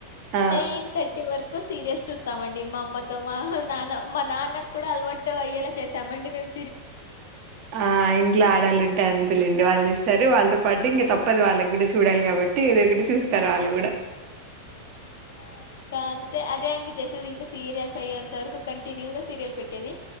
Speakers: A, on the right (about 45°); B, on the left (about 60°).
A: ఆ
B: నైన్ థర్టీ వరకు. సీరియల్స్ చూస్తామండి మా అమ్మతో మా నాన్న మా నాన్నకు కూడా అలవాటు అయ్యల చేసామండి మేం.
A: ఆ ఇంట్లో ఆడళ్ళు ఉంటే అంతేలేండి వాళ్ళు చుసు సరే వాళ్ళతో పాటు ఇంక తప్ప. తప్పదు వాళ్ళకు కూడా చూడాలి కాబట్టి ఏదో ఒకటి చూస్తారు వాళ్ళు కూడా.
B: ఆహ్ ఇంకా అంతే అట్ దేనికి చేసేది ఇంకా సీరియల్స్ అయ్యేది. తరకు కంటిన్యూగా సీరిల్ పెట్టేది